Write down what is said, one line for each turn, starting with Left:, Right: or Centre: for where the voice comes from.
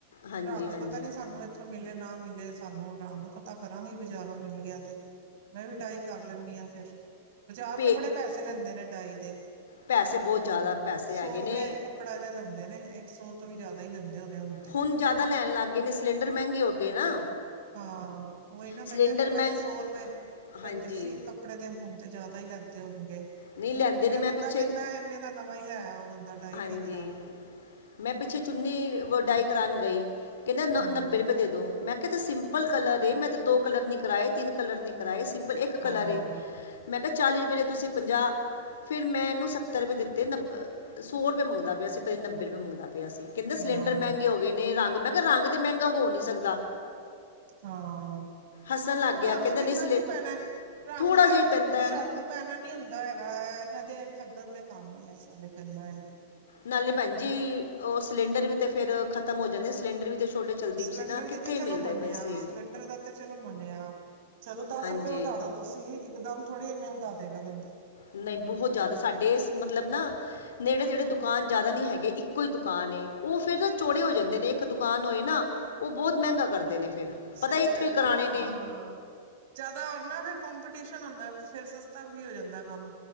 Left: ਹਾਂਜੀ
Right: ਰੰਗ
Left: ਹਾਂਜੀ
Right: ਪਤਾ ਨੀ ਸਾਨੂੰ ਉੱਥੋਂ ਮਿਲੇ ਨਾ ਮਿਲੇ ਸਾਨੂੰ ਰੰਗ ਪਤਾ ਕਰਾਂਗੀ ਬਜ਼ਾਰੋਂ ਮਿਲ ਗਿਆ ਤੇ। ਮੈਂ ਵੀ ਡਾਈ ਕਰ ਲੈਂਨੀ ਆ ਫਿਰ, ਬਾਜ਼ਾਰ
Left: ਪੇ
Right: ਤੇ ਬੜੇ ਪੈਸੇ ਲੈਂਦੇ ਨੇ ਡਾਈ ਦੇ।
Left: ਪੈਸੇ ਬਹੁਤ ਜ਼ਿਆਦਾ ਪੈਸੇ
Right: ਸੌ
Left: ਹੈਗੇ
Right: ਰੁਪਇਆ
Left: ਨੇ
Right: ਇੱਕ ਕੱਪੜਾ ਦੇ ਲੈਂਦੇ ਨੇ ਇੱਕ ਸੌ ਤੋਂ ਵੀ ਜ਼ਿਆਦਾ ਹੀ ਲੈਂਦੇ ਹੋਣੇ ਹੁਣ ਤੇ।
Left: ਹੁਣ ਜ਼ਿਆਦਾ ਲੈਣ ਲੱਗ ਗਏ ਨੇ ਸਿਲੰਡਰ ਮਹਿੰਗੇ ਹੋ ਗਏ ਨਾ।
Right: ਹਾਂ, ਉਹੀ ਨਾ ਮੈਂ
Left: ਸਿਲੰਡਰ
Right: ਕਹਿ ਰਹੀ
Left: ਮਹਿੰ
Right: ਪਹਿਲੇ ਸੌ ਰੁਪਏ, ਲੈਂਦੇ
Left: ਹਾਂਜੀ
Right: ਸੀ ਕੱਪੜੇ ਦੇ ਹੁਣ ਤੇ ਜ਼ਿਆਦਾ ਹੀ ਲੈਂਦੇ ਹੋਣਗੇ
Left: ਨਹੀਂ ਲੈਂਦੇ
Right: ਫੇਰ
Left: ਨੇ ਮੈਂ
Right: ਬੰਦਾ
Left: ਪਿੱਛੇ
Right: ਕਹਿੰਦਾ ਇੰਨੇ ਦਾ ਨਵਾਂ ਈ ਲੈ ਆਓ ਬੰਦਾ ਡਾਈ
Left: ਹਾਂਜੀ,
Right: ਕੀ ਕਰਾਣਾ
Left: ਮੈਂ ਪਿੱਛੇ ਚੁੰਨੀ ਵ ਡਾਈ ਕਰਾਣ ਗਈ, ਕਹਿੰਦੇ ਨ
Right: ਹਮ
Left: ਨੱਬੇ ਰੁਪਏ ਤੇ ਦੇ ਦੋ, ਮੈਂ ਕਿਹਾ ਇਹ ਤੇ ਸਿੰਪਲ ਕਲਰ ਏ ਮੈਂ ਤੇ ਦੋ ਕਲਰ ਨੀ ਕਰਾਏ ਤਿੰਨ ਕਲਰ ਨੀ ਕਰਾਏ ਸਿੰਪਲ ਇੱਕ
Right: ਹਾਂ,
Left: ਕਲਰ ਏ। ਮੈਂ ਕਿਹਾ ਚਾਲੀ ਰੁਪਏ ਦੇ ਤੁਸੀਂ ਪੰਜਾਹ, ਫ਼ਿਰ ਮੈਂ ਇਹਨੂੰ ਸੱਤਰ ਰੁਪਏ ਦਿੱਤੇ ਨੱਬ ਸੌ ਰੁਪਏ ਮੰਗਦਾ ਪਿਆ ਸੀ ਪਹਿਲੇ ਨੱਬੇ ਰੁਪਏ ਮੰਗਦਾ ਪਿਆ ਸੀ ਕਹਿੰਦਾ ਸਿਲੰਡਰ
Right: ਹਾਂ,
Left: ਮਹਿੰਗੇ ਹੋ ਗਏ ਨੇ ਰੰਗ ਮੈਂ ਕਿਹਾ ਰੰਗ ਤੇ ਮਹਿੰਗਾ ਹੋ ਨੀ ਸਕਦਾ।
Right: ਹਾਂ,
Left: ਹੱਸਣ ਲੱਗ
Right: ਰੰਗ
Left: ਗਿਆ ਕਹਿੰਦਾ
Right: ਕਿੰਨਾ
Left: ਨਹੀਂ ਸਿਲੰ
Right: ਕੁ ਪੈਣਾ, ਰੰਗ
Left: ਥੋੜ੍ਹਾ
Right: ਤੇ
Left: ਜਿਹਾ
Right: ਇੱਕ
Left: ਹੀ
Right: ਚੁਟਕੀ
Left: ਪੈਂਦਾ
Right: ਰੰਗ ਪੈਣਾ ਨੀ ਹੁੰਦਾ ਹੈਗਾ ਇਹਨਾਂ ਦੇ ਠੱਗਣ ਦੇ ਕੰਮ ਹੈ ਸਾਰੇ ਗੱਲਾਂ ਏ।
Left: ਨਾਲੇ ਭੈਣ ਜੀ ਉਹ ਸਿਲੰਡਰ ਵੀ ਤੇ ਫਿਰ ਖ਼ਤਮ ਹੋ ਜਾਂਦੇ ਆ ਸਿਲੰਡਰ ਵੀ ਤੇ ਛੋਟੇ ਚੱਲਦੀ
Right: ਸਿਲੰਡਰ
Left: ਵੀ ਸੀ ਨਾ
Right: ਦੀ
Left: ਕਿੱਥੇ
Right: ਤਾਂ ਚਲੋ
Left: ਮਿਲਦੇ
Right: ਮੰਨਿਆ
Left: ਪਏ ਸੀ
Right: ਸਿਲੰਡਰ ਦਾ ਤੇ ਚਲੋ ਮੰਨਿਆ, ਚਲੋ ਦਸ
Left: ਹਾਂਜੀ
Right: ਰੁਪਏ ਵਧਾ ਦੋ ਤੁਸੀਂ ਇੱਕਦਮ ਥੋੜ੍ਹੀ ਇੰਨੇ ਵਧਾ ਦੇਗਾ ਬੰਦਾ।
Left: ਨਹੀਂ ਬਹੁਤ ਜ਼ਿਆਦਾ ਸਾਡੇ ਇਸ ਮਤਲਬ ਨਾ ਨੇੜੇ-ਤੇੜੇ ਦੁਕਾਨ ਜ਼ਿਆਦਾ ਨਹੀਂ ਹੈਗੇ ਇੱਕੋ ਹੀ ਦੁਕਾਨ ਏ, ਉਹ ਫਿਰ ਤਾਂ ਚੌੜੇ ਹੋ ਜਾਂਦੇ ਨੇ ਇੱਕ ਦੁਕਾਨ ਹੋਏ ਨਾ ਉਹ ਬਹੁਤ ਮਹਿੰਗਾ ਕਰਦੇ ਨੇ ਫਿਰ।
Right: ਸਹੀ
Left: ਪਤਾ
Right: ਕਹਿ
Left: ਇੱਥੋਂ ਹੀ
Right: ਰਹੇ
Left: ਕਰਾਣੇ
Right: ਹੋ ਹਾਂ।
Left: ਨੇ
Right: ਜ਼ਿਆਦਾ ਹੋਣ ਨਾ ਫਿਰ ਕੰਪੀਟੀਸ਼ਨ ਹੁੰਦਾ ਫਿਰ ਸਸਤਾ ਵੀ ਹੋ ਜਾਂਦਾ ਕੰਮ।